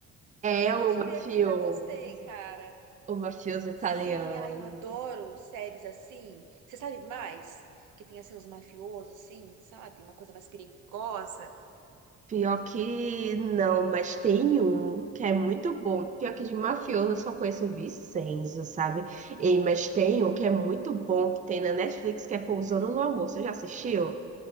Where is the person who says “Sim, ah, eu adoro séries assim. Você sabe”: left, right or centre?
Right